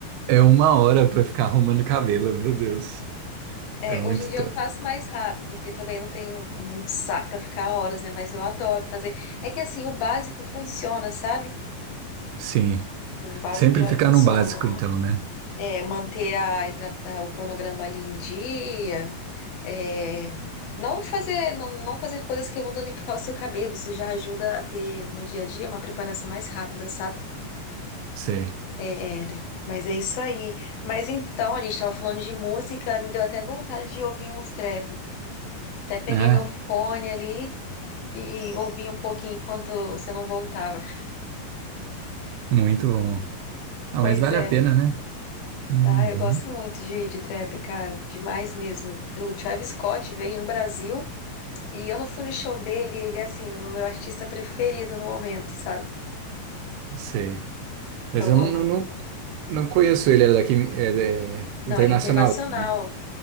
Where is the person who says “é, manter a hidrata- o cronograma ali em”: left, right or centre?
Left